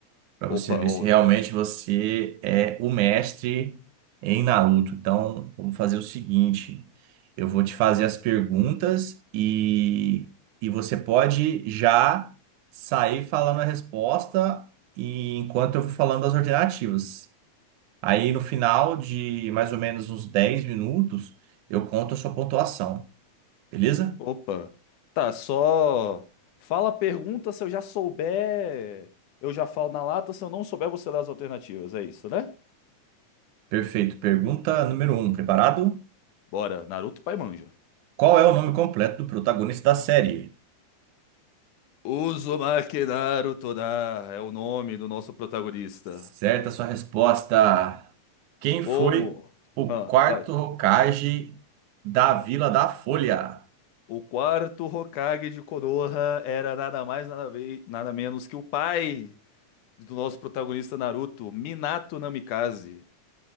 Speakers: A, on the right; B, on the left.
A: para você
B: Opa,
A: ver
B: ô,
A: se realmente você é o mestre em Naruto. Então, vamos fazer o seguinte: eu vou te fazer as perguntas e, e você pode já sair falando a resposta e enquanto eu vou falando as alternativas. Aí no final de mais ou menos uns 10 minutos, eu conto a sua pontuação, beleza?
B: opa. Tá, só fala a pergunta, se eu já souber, eu já falo na lata, se eu não souber, você dá as alternativas. É isso, né?
A: Perfeito. Pergunta número um, preparado?
B: Bora, Naruto Pai Manja.
A: Qual é o nome completo do protagonista da série?
B: Uzumaki Naruto da é o nome do nosso protagonista.
A: Certa a sua resposta. Quem
B: Como?
A: foi o
B: Ah,
A: quarto
B: vai.
A: Hokage da Vila da Folha?
B: O quarto Hokage de Konoha era nada mais, nada, ve- nada menos que o pai do nosso protagonista Naruto, Minato Namikaze.